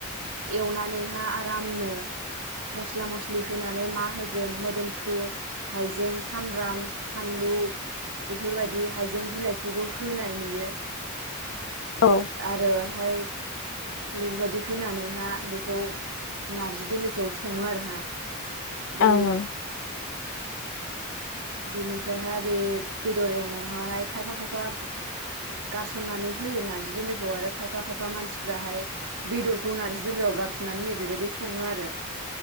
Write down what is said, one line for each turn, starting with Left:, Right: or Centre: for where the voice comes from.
Right: एवनानै आरामनो मसला मसलि मसलि होनानै मा होगोन मोदोमफ्रु हायजें सामब्राम फानलु बेफोरबायदि हाइजें बिलाइखौबो होनाय नुयो
Left: ओं
Right: आरो हाय बेफोरबायदि होनानैहा बेखौ नारजि दोलोखौ संङो आरो हा बे
Left: ओं औ
Right: बेनिफ्रायहाय बे बेदर एवनायावहाय खायफा खायफा गारसननानै होयो नार्जि दोलोखौ आरो खायफा खायफा मानसिफ्राहाय बेदरखौ नार्जि दोलोआव गारसननानै होयो बेबायदि संङो आरो